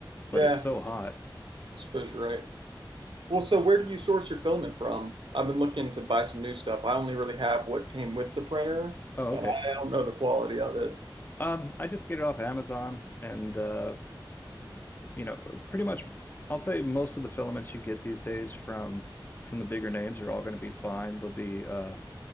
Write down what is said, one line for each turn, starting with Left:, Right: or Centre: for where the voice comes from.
Left: but
Right: Yeah,
Left: it's so hot.
Right: I suppose you're right. Well, so where do you source your filament from? I've been looking to buy some new stuff. I only really have what came with the printer,
Left: Oh,
Right: and
Left: okay.
Right: I don't know the quality of it.
Left: Um, I just get it off Amazon and uh, you know, pretty much I'll say most of the filaments you get these days from from the bigger names are all going to be fine. They'll be uh,